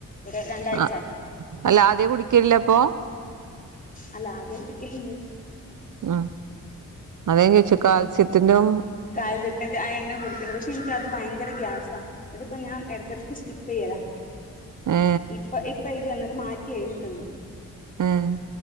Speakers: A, on the left; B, on the right.
A: ഒരു രണ്ടാഴ്ച
B: ആ അല്ല ആദ്യ കുടിക്കലില്ലപ്പോ
A: അല്ല ആദ്യ കുടികല്ണ്ട്
B: അ അതേ ഞാൻ ചോയിച്ചേ കാൽസ്യ ത്തിന്റെഉം
A: കാൽസ്യത്തിന്റെ അയേൺന്റെ കുടിക്ണു പക്ഷെ ഇൻക്കത് ഭയ്ങ്കര ഗ്യാസാ ന്നട്ട്പ്പ ഞാൻ എട്ക്കട്ക്ക് സ്കിപ്പെയ്യലാ
B: ഏ
A: ഇപ്പൊ ഇപ്പൊ ഇജ് എന്നട്ട് മാറ്റ് എഴുതി തന്നു
B: ഉം